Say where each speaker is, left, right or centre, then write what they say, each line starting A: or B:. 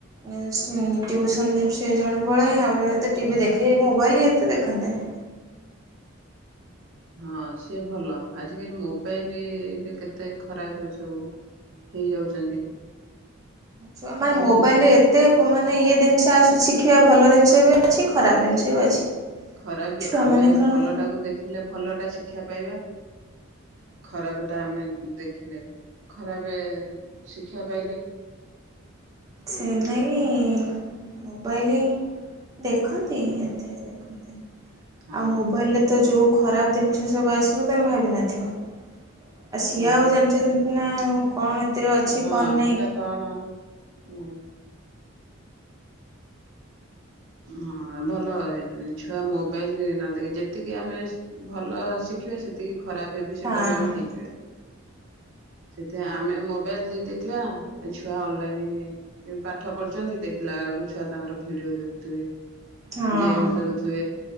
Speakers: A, on the right (about 15°); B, on the right (about 65°).
A: ଅ ସ ସିଏ ଜଣେ ପଳେ ଆଉ ଜଣେ ତ ଟିଭି ଦେଖେ ମୋବାଇଲ ଏତେ ଦେଖନ୍ତିନି
B: ହଁ ସିଏ ଭଲ ଆଜିକାଲି ମୋବାଇଲରେ କେତେ ଖରାପ ସବୁ ହେଇଯାଉଛନ୍ତି
A: ଛୁଆ ମାନେ
B: ନାଇଁ
A: ମୋବାଇଲରେ ଏତେ ମାନେ ଇଏ ଜିନିଷ ଶିଖିବା ଭଲ ଜିନିଷ ବି ଅଛି ଖରାପ ଜିନିଷ ବି ଅଛି।
B: ଖରାପ
A: ଛୁଆମାନେ
B: ଆମେ
A: କଣ
B: ଭଲ
A: ହଁ
B: ଟାକୁ ଦେଖିଲେ ଭଲ ଟା ଶିକ୍ଷି ଖ୍ୟା ପାଇବା ଖରାପ ଟା ଆମେ ଦେଖ ଦେଖିଲେ ଖରାପ ଶିକ୍ଷା ପାଇଲେ
A: ସେନେଇ ମୋବାଇଲି ଦେଖନ୍ତି ଏତେ ଦେଖନ୍ତିନି
B: ହଁ
A: ଆଉ ମୋବାଇଲ ରେ ତ ଯୋଉ ଖରାପ ଜିନିଷ ସବୁ ଆସିବ ତମେ ଭାବିନଥିବ ଆ ସିଏ
B: ହଁ
A: ଆଉ
B: ପରା।
A: ଜାଣିଛନ୍ତି ନା ଆଉ କଣ ଏଥିରେ ଅଛି
B: ହଁ
A: କଣ ନାହିଁ
B: ଏଇଟା କଣ ନାଇ ହଁ ଭଲ ଛୁଆ ମୋବାଇଲ ନଦେଇ ଯେତିକି ଆମେ ଭଲ ଶିଖିବା ସେତିକି ଖରାପ ହେବିଟ ସେଠାରୁ
A: ହଁ।
B: ଆମେ ହେଇଯିବା ସେଥିପାଇଁ ଆମେ ମୋବାଇଲ ଦେଇ ଦେଇଥିବା ଛୁଆ ଅନଲାଇନ ପାଠ ପଢୁଛନ୍ତି ଦେଖିଲା ବେଳକୁ ଛୁଆ ତାଙ୍କର ଭିଡିଓ ଦେଖୁ ତେବେ
A: ହଁ
B: ଗେମ୍ ଖେଳୁଥିବେ